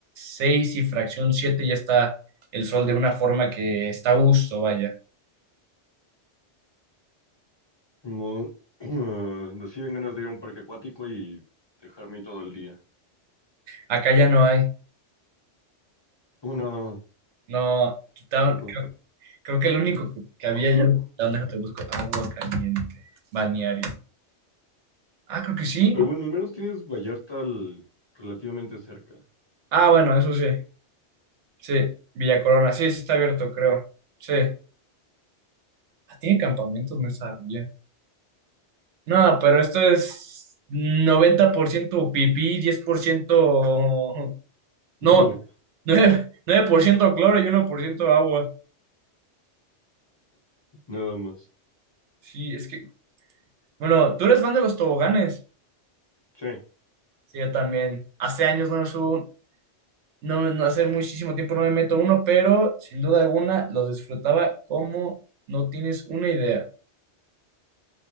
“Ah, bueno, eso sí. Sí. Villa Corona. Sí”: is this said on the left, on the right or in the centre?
Right